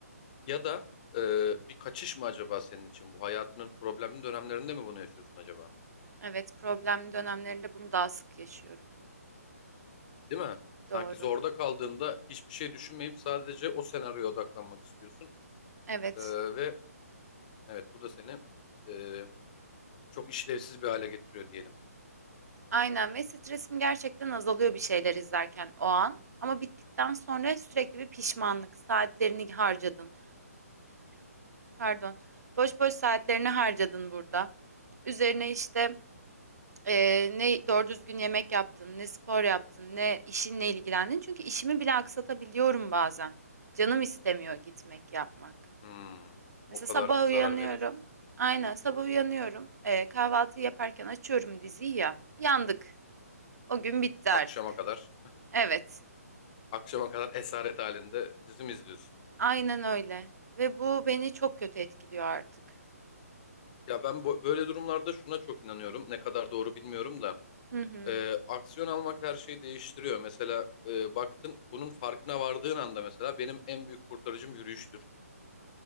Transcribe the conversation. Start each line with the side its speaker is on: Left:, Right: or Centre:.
Left: Ya da e, bir kaçış mı acaba senin için bu? Hayatının problemli dönemlerinde mi bunu yaşıyorsun acaba?
Right: Evet, problemli dönemlerinde bunu daha sık yaşıyorum.
Left: Değil mi? Sanki
Right: Doğru.
Left: zorda kaldığında hiçbir şey düşünmeyip sadece o senaryoya odaklanmak istiyorsun.
Right: Evet.
Left: E, ve evet bu da seni e, çok işlevsiz bir hale getiriyor diyelim.
Right: Aynen ve stresim gerçekten azalıyor bir şeyler izlerken o an. Ama bittikten sonra sürekli bir pişmanlık. Saatlerini harcadın. Pardon. Boş boş saatlerini harcadın burada. Üzerine işte eee, ne doğru düzgün yemek yaptın, ne spor yaptın, ne işinle ilgilendin. Çünkü işimi bile aksatabiliyorum bazen. Canım istemiyor gitmek yapmak.
Left: Hmm,
Right: Mesela
Left: o kadar
Right: sabah
Left: zarar
Right: uyanıyorum.
Left: veriyorsun.
Right: Aynen sabah uyanıyorum. Eee kahvaltı yaparken açıyorum diziyi ya. Yandık. O gün bitti
Left: Akşama
Right: artık.
Left: kadar,
Right: Evet,
Left: akşama kadar esaret halinde dizi mi izliyorsun?
Right: aynen öyle. Ve bu beni çok kötü etkiliyor artık.
Left: Ya ben bu- böyle durumlarda şuna çok inanıyorum. Ne kadar doğru bilmiyorum da.
Right: Hı hı.
Left: E, aksiyon almak her şeyi değiştiriyor. Mesela e, baktın bunun farkına vardığın anda mesela benim en büyük kurtarıcım yürüyüştür.